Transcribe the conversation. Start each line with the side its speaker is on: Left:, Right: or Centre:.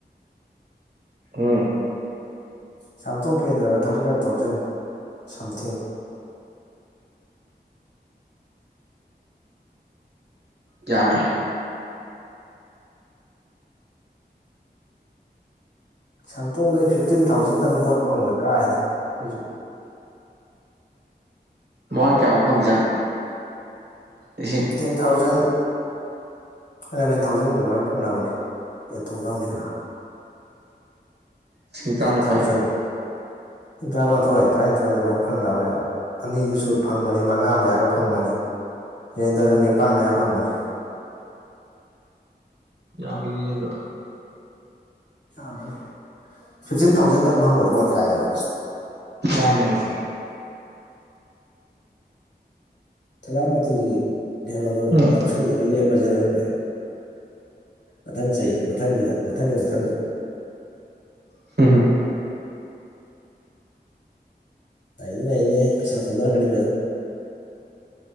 Right: ꯎꯝ
Left: ꯀꯩꯁꯥꯝꯊꯣꯡ ꯀꯦꯟꯗ꯭ꯔꯗ ꯊꯥꯔꯇꯤ ꯐꯥꯏꯚ ꯊꯥꯎꯖꯟ ꯁꯝꯊꯤꯡ
Right: ꯌꯥꯝꯃꯦ
Left: ꯀꯩꯁꯥꯝꯊꯣꯡꯗꯩ ꯐꯤꯐꯇꯤꯟ ꯊꯥꯎꯖꯟꯗꯪ ꯕꯣꯠ ꯐꯪꯕꯗ ꯀꯥꯏꯗ ꯑꯈꯣꯏꯁꯨ
Right: ꯃꯃꯥꯡ ꯀꯌꯥꯃꯨꯛ ꯐꯪꯖꯥꯠꯅꯣ ꯂꯤꯁꯤꯡ
Left: ꯇꯦꯟ ꯊꯥꯎꯖꯟ ꯑꯦꯂꯚꯦꯟ ꯊꯥꯎꯖꯟ ꯑꯗꯨꯃꯥꯏꯅ ꯐꯪꯅꯕꯅꯦ ꯌꯦꯟꯊꯣꯛꯅꯕꯅꯦꯅ
Right: ꯂꯤꯁꯤꯡ ꯇꯔꯥꯃꯥꯊꯣꯏ
Left: ꯑꯩꯠ ꯊꯥꯎꯖꯟ ꯇꯔꯥꯃꯥꯊꯣꯏ ꯇꯔꯥꯅꯤꯊꯣꯏ ꯑꯗꯨꯃꯥꯏꯅ ꯐꯪꯅꯕꯅꯦꯕ ꯑꯅꯤꯗꯨꯁꯨ ꯐꯪꯕꯅꯤ ꯃꯉꯥ ꯃꯌꯥꯒ ꯐꯪꯕꯅꯤ ꯔꯦꯟꯗꯔꯗꯨ ꯅꯤꯄꯥꯟ ꯃꯌꯥ ꯐꯪꯕꯅꯤ
Right: ꯌꯥꯝꯃꯤꯅꯤꯅꯦꯗꯣ
Left: ꯐꯤꯐꯇꯤꯟ ꯊꯥꯎꯖꯟꯗꯪ ꯐꯪꯕꯗ ꯕꯣꯠ ꯀꯥꯏꯌꯦꯕ
Right: ꯌꯥꯝꯃꯦꯕ
Left: ꯊꯦꯂꯄꯥꯇꯤꯒꯤ ꯀꯩꯅꯣꯗꯣ
Right: ꯎꯝ
Left: ꯂꯧꯁꯜꯂꯒ ꯂꯦꯞꯄꯁꯤꯔ ꯈꯪꯗꯦ ꯃꯊꯪ ꯆꯍꯤꯗ ꯃꯊꯪꯒꯤꯗ ꯃꯊꯪꯒꯤ ꯃꯊꯪꯗ
Right: <unintelligible>
Left: ꯅꯩꯗꯤ ꯅꯩꯅꯤꯍꯦ ꯄꯩꯁꯥ ꯊꯗꯔꯛꯀꯅꯤ ꯐꯖꯅ